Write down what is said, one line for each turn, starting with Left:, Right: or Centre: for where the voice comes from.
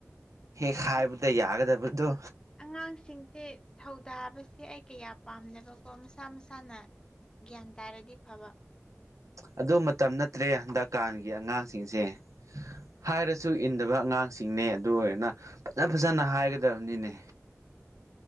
Right: ꯍꯦꯛ
Left: ꯑꯁ
Right: ꯍꯥꯏꯕꯗ ꯌꯥꯒꯗꯕꯗꯣ
Left: ꯑꯉꯥꯡꯁꯤꯡꯁꯦ ꯊꯧꯗꯥꯕꯁꯦ ꯑꯩ ꯀꯌꯥ ꯄꯥꯝꯗꯕꯀꯣ ꯃꯁꯥ ꯃꯁꯥꯅ ꯒ꯭ꯌꯥꯟ ꯇꯥꯔꯗꯤ ꯐꯕ
Right: ꯑꯗꯣ ꯃꯇꯝ ꯅꯠꯇ꯭ꯔꯦ ꯍꯟꯗꯛꯀꯥꯟꯒꯤ ꯑꯉꯥꯡꯁꯤꯡꯁꯦ ꯍꯥꯏꯔꯁꯨ ꯏꯟꯗꯕ ꯑꯉꯥꯡꯁꯤꯡꯅꯦ ꯑꯗꯨ ꯑꯣꯏꯔꯅ ꯐꯖꯐꯖꯅ ꯍꯥꯏꯒꯗꯕꯅꯤꯅꯦ